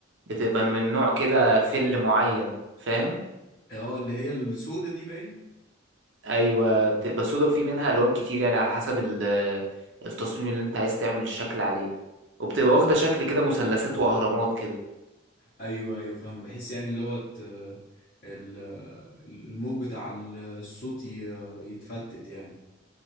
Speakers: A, on the right (about 60°); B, on the left (about 45°).
A: بتبقى من نوع كده فل معين فاهم
B: اه اللي هي السودة دي باين
A: ايوه بتبقى سودا وفي منها الوان كتير يعني على حسب ال- آه، التصميم اللي انت عايز تعمل الشكل عليه وبتبقى
B: اه
A: واخدة شكل كده مثلثات واهرامات كده
B: ايوه ايوه فاهم بحس يعني اللي هو ت- ال- الموج بتاع الصوت ي- يتفتت يعني